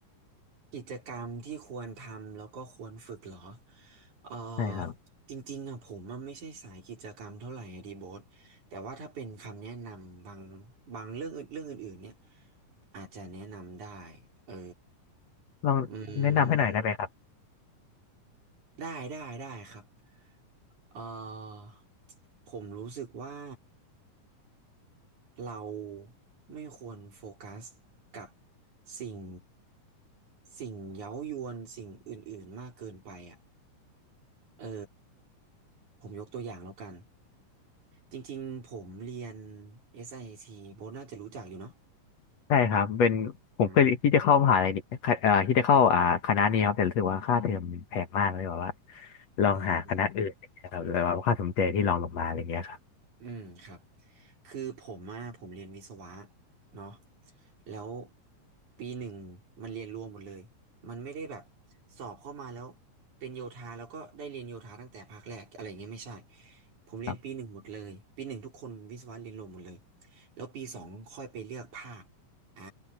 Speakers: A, on the right; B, on the left.
A: กิจกรรมที่ควรทำแล้วก็ควรฝึกเหรอ เอ่อ
B: ใช่ครับ
A: จริงๆอะผมอะไม่ใช่สายกิจกรรมเท่าไหร่อะดีโบทแต่ว่าถ้าเป็นคำแนะนำบางบางเรื่องอื่นเรื่องอื่นๆเนี่ยอาจจะแนะนำได้ เออ
B: ลองแนะนำให้หน่อยได้ไหมครับ
A: อืมมได้ได้ได้ครับ เอ่อผมรู้สึกว่าเราไม่ควรโฟกัสกับสิ่งสิ่งเย้ายวนสิ่งอื่นๆมากเกินไปอ่ะ เออผมยกตัวอย่างแล้วกันจริงๆผมเรียน SIT โบทน่าจะรู้จักอยู่เนาะ
B: ใช่ครับเป็นผมเคยที่จะเข้ามหาลัยนี่เอ่อที่จะเข้าอ่าคณะนี้ครับแต่รู้สึกว่าค่าเทอมมันแพงมากเลยแบบว่า
A: อ่า
B: ลองหาคณะอื่นนะไรเงี้ยครับแล้วว่าค่าสมเจที่ลองลงมาอะไรเงี้ยครับ
A: อ่า อืมครับคือผมอะผมเรียนวิศวะเนาะแล้วปีหนึ่งมันเรียนรวมหมดเลยมันไม่ได้แบบสอบเข้ามาแล้วเป็นโยธาแล้วก็ได้เรียนโยธาตั้งแต่ภาคแรกอะไรอย่างเงี้ยไม่ใช่ผมเรียนปีหนึ่งหมดเลยปีหนึ่งทุกคนวิศวะเรียนรวมหมดเลย
B: ครับ
A: แล้วปีสองค่อยไปเลือกภาคอ่า